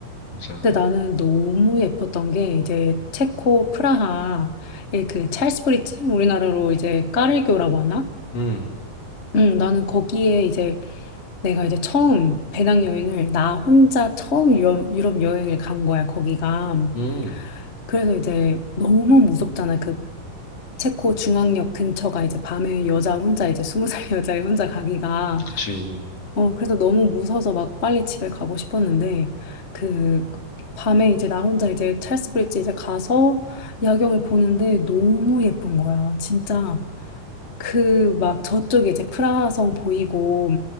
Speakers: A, on the left; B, on the left.
A: 진짜.
B: 근데 나는 너무 예뻤던 게 이제 체코 프라하의 그 찰스 브릿지 우리나라로 이제 까를교라고 하나?
A: 음,
B: 응, 나는 거기에 이제 내가 이제 처음 배낭여행을 나 혼자 처음 유럽, 유럽 여행을 간 거야, 거기가.
A: 음,
B: 그래서 이제 너무 무섭잖아. 그 체코 중앙역 근처가 이제 밤에 여자 혼자 이제 스무 살 <laughs> 여자 혼자 가기가
A: 그치.
B: 어 그래서 너무 무서워서 막 빨리 집에 가고 싶었는데 그 밤에 이제 나 혼자 이제 찰스 브릿지 이제 가서 야경을 보는데 너무 예쁜 거야 진짜 그 막 저쪽에 이제 프라하성 보이고